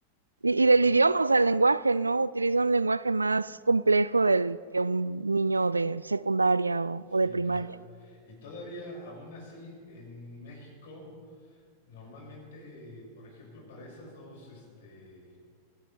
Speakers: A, on the right; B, on the left.
A: Y, y
B: O
A: del
B: sea,
A: idioma, o sea, el lenguaje, ¿no? Utiliza un lenguaje más complejo del que un niño de secundaria o,
B: Sí,
A: o de primaria.
B: claro. Y todavía, aún así, en México, normalmente, por ejemplo, para esas dos, este,